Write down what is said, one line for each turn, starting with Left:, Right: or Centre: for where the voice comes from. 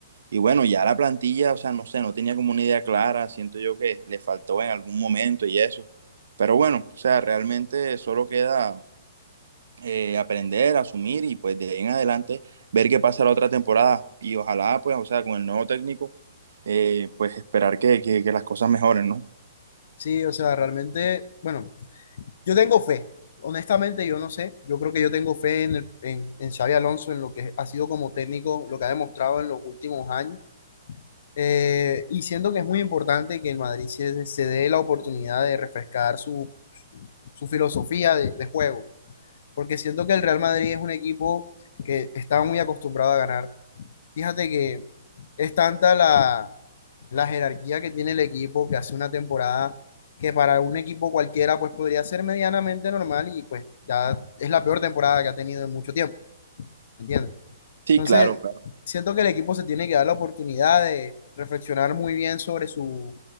Right: Y bueno, ya la plantilla, o sea, no sé, no tenía como una idea clara, siento yo que le faltó en algún momento y eso. Pero bueno, o sea, realmente solo queda eh, aprender, asumir y pues de ahí en adelante ver qué pasa la otra temporada. Y ojalá, pues, o sea, con el nuevo técnico, eh, pues esperar que, que, que las cosas mejoren, ¿no?
Left: Sí, o sea, realmente, bueno, yo tengo fe, honestamente, yo no sé, yo creo que yo tengo fe en, el- en, en Xabi Alonso, en lo que ha sido como técnico, lo que ha demostrado en los últimos años. Eh, y siento que es muy importante que el Madrid se, se dé la oportunidad de refrescar su, su, su filosofía de, de juego, porque siento que el Real Madrid es un equipo que está muy acostumbrado a ganar. Fíjate que es tanta la, la jerarquía que tiene el equipo que hace una temporada que para un equipo cualquiera pues podría ser medianamente normal y pues ya es la peor temporada que ha tenido en mucho tiempo, ¿me ¿entiendes?
Right: Sí,
Left: Entonces,
Right: claro, claro.
Left: siento que el equipo se tiene que dar la oportunidad de reflexionar muy bien sobre su